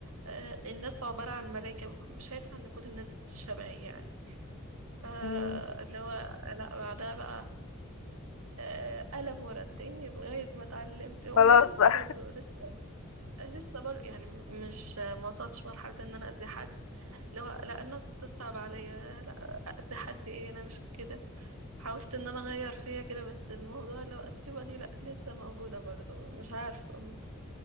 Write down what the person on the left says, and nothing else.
مم،
خلاص بقى